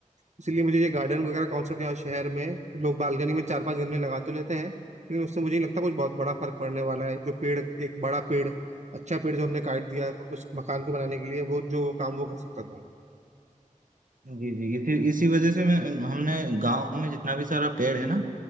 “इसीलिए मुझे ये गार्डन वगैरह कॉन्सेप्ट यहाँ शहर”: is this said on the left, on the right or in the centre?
Right